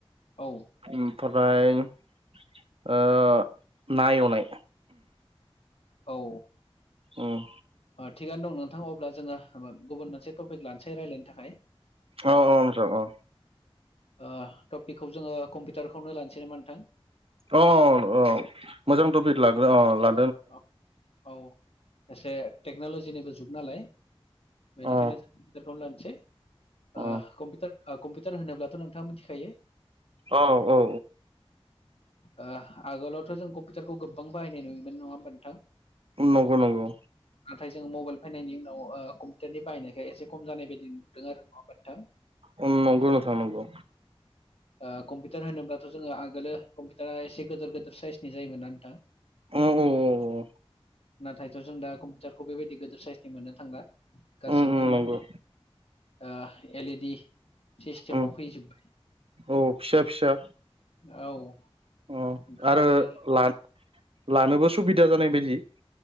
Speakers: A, on the left; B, on the right.
A: औ
B: ओम ओमफ्राय ओ ना एवनाय
A: औ
B: ओम
A: थिगानो दं नोंथां अब्ला जोङो गुबुन मोनसे टपिक लानसै रायलायनो थाखाय
B: औ औ नोंथां औ
A: ओ टपिकखौ जोङो कम्पिउटारखौनो लानसै नामा नोंथां
B: अ अ मोजां टपिक लाग्रो अ ला
A: औ औ एसे टेक्न'लजिनिबो जुग नालाय बेनिखायनो
B: अ
A: जों कम्पिउटारखौ लानोसै ओ
B: अ
A: कम्पिटार ओ कम्पि टार होनोब्लाथ' नोंथाङा मोनथिखायो
B: औ औ औ
A: ओ आगोलावथ' जों कम्पिउटारखौ गोबां बाहायनाय नुयोमोन नङा होमबा नोंथां
B: नंगौ नंगौ
A: नाथाय जोङो मबाइल फैनायनि उनाव ओ कम्पिउटारनि बायनायखाय एसे खम जानाय बायदि नुदों आरो नङा होनबा नोंथां?
B: ओम नंगौ नोंथां नगौ।
A: ओ कम्पिउटार होनोब्लाथ' जोङो आगोलो कम्पिउटारा एसे गिदोर गिदोर साइसनि जायोमोन ना नोंथां।
B: उम औ औ
A: नाथायथ' जों दा कम्पिउटारखौ बेबायदि गिदिर साइसनि मोननो थांला। गासैबो
B: उम उम नंगौ
A: माने ओ एलइडि सिस्टेमाव
B: उम
A: फैजोब्बाय
B: औ फिसा फिसा
A: औ
B: अ
A: दा
B: आरो
A: जोङो
B: ला-लानोबो सुबिदा जानाय बायदि।